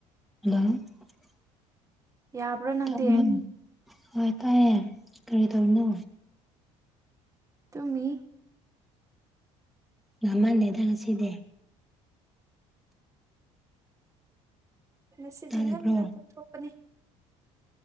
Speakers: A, in the centre; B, on the right.
A: ꯍꯂ
B: ꯌꯥꯕ꯭ꯔꯥ ꯅꯪꯗꯤ
A: ꯍꯣꯏ ꯇꯥꯏꯌꯦ ꯀꯔꯤ ꯇꯧꯔꯤꯅꯣ
B: ꯇꯨꯝꯃꯤ
A: ꯉꯜꯃꯜꯂꯦꯗ ꯉꯁꯤꯗꯤ
B: ꯉꯁꯤꯗꯤ
A: ꯇꯥꯗꯕ꯭ꯔꯣ
B: ꯉꯟꯅ ꯇꯨꯝꯊꯣꯛꯄꯅꯦ